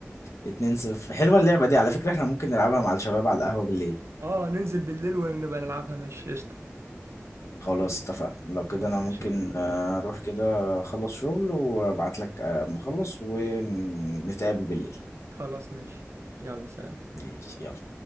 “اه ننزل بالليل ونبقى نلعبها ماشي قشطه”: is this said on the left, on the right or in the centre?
Right